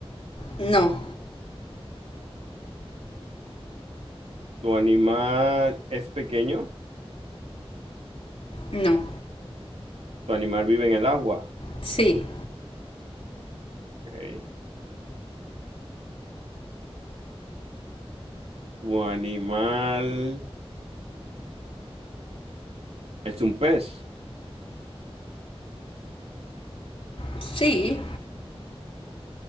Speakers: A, on the left; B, on the right.
A: No.
B: Tu animal es pequeño.
A: No.
B: Tu animal vive en el agua.
A: Sí.
B: Ok. Tu animal es un pez.
A: Sí.